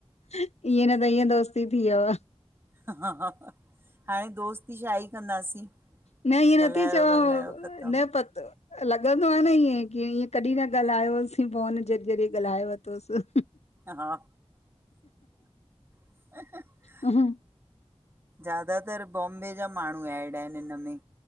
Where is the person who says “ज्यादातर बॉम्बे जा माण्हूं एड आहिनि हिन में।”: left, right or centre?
Right